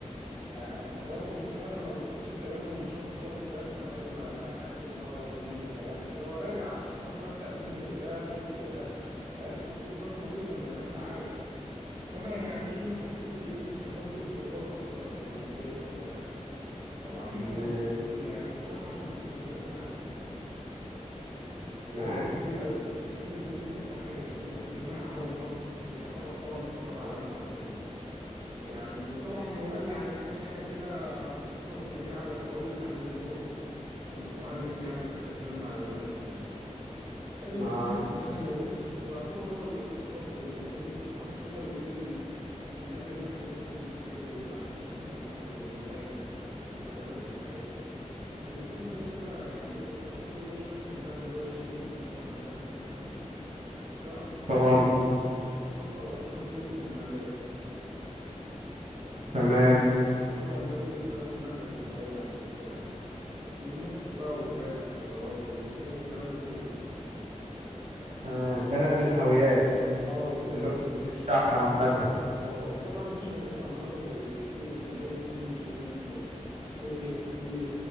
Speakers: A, on the right; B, on the right.
A: يعني برضه انت فاهم انا ما باخدش الكلام من شخص واحد بس انا لازم اتاكد مره واثنين وثلاثه كده وراجع عشان خاطر ابدا بيزنس زي ده بيزنس زي ده هياخد فلوس ضخمه جدا زي ما انت عارف فانا يعني ايه حبيت ايه استفاد بالخبرات اكتر قبل ما اخد اي خطوه يعني طبعا
B: اللي
A: بز- يعني بصراحه عشان اكون صريح معاك الكلام
B: معاك
A: ده كبير قوي لان البيزنس البحري يعني ايه داخلين على عالم ضخم بيحرك طبعا اقتصاد عالمي حرفيا يعني طبعا هو قال لي على كذا حاجة كده خفيفة وسريعة هقول لك عليهم برضو عشان يبقوا عندك يعني في خزان معلوماتك يعني قال لي
B: معاك
A: البيزنس البحري هو بص هو يعتبر هو الاقتصاد اللي بيتم في البحر هو اللي بين ال... النقل البحري بيتقسم لحاجات زي إيه بقى الشحن البحري والمواني والخدمات البحرية طب نجيبهم كده كده يعني ايه بالتفصيل اللي هو الشحن البحري اللي هو الشيبنج طبعا وده اهم حاجة ده أك...
B: طبعا
A: أك- أكبر وأشهر جزء في المجال
B: تمام
A: طبعا ده بيتضمن نقل البضائع والسلع من نفط بقى وغاز وسيارات والحبوب والكلام ده كله
B: آه، ده نقل الحاويات
A: اه بالظبط
B: اللي هو
A: كده
B: نقل الشحن عامة
A: اه طبعا في شركات عملاقه زي سي ام اي وسي جي ام وام اس سي